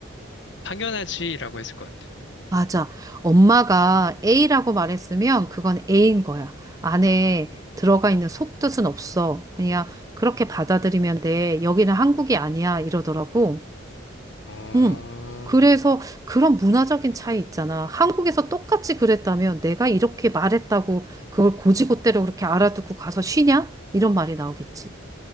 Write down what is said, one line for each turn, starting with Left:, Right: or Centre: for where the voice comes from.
Left: 당연하지라고 했을 것 같아.
Right: 맞아. 엄마가 A라고 말했으면 그건 A인 거야. 안에 들어가 있는 속뜻은 없어. 그냥 그렇게 받아들이면 돼. 여기는 한국이 아니야. 이러더라고.
Left: 어,
Right: 응. 그래서 그런 문화적인 차이 있잖아. 한국에서 똑같이 그랬다면 내가 이렇게 말했다고 그걸 고지고대로 그렇게 알아듣고 가서 쉬냐? 이런 말이 나오겠지.